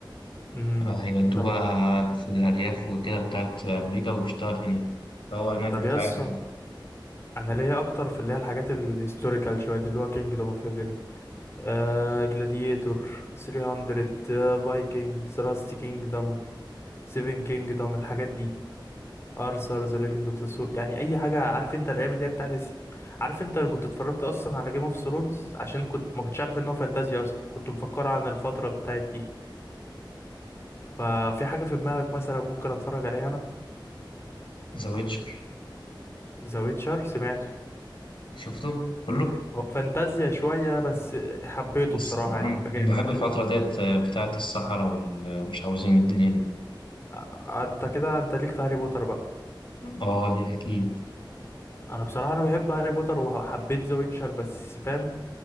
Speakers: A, on the left (about 30°); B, on the left (about 85°).
A: امم
B: هيودوه
A: طب
B: بقى في الأرياف وكده بتاعت أمريكا ويشتغل هناك فهو هناك
A: طب
B: بيتعامل
A: يا اسطى انا ليا اكتر في اللي هي الحاجات الهيستوريكال شويه دي اللي هو كينجدوم اوف هيفن آه جلاديتور 300 فايكنج ثلاث كينجدم سيفن كينجدم الحاجات دي ارثر ذا ليجند اوف ذا سو يعني اي حاجه عارف انت الايام اللي هي بتاعت الس... عارف انت انا كنت اتفرجت اصلا على جيم اوف ثرونز عشان كنت ما كنتش عارف ان هو فانتازيا اصلا كنت مفكره عن الفتره بتاعت دي ففي حاجه في دماغك مثلا ممكن اتفرج عليها انا
B: ذا ويتشر
A: ذا ويتشر سمعته
B: شفته كله
A: هو فانتازيا شويه بس حبيته
B: بس
A: بصراحه
B: آه،
A: يعني هو جامد
B: أنا بحب الفترة ديت آه، بتاعت الصحراء والمش عاوزين الدنيا دي
A: آه، انت كده انت ليك في هاري بوتر بقى
B: اه دي اكيد
A: انا بصراحه انا بحب هاري بوتر وحبيت ذا ويتشر بس فاهم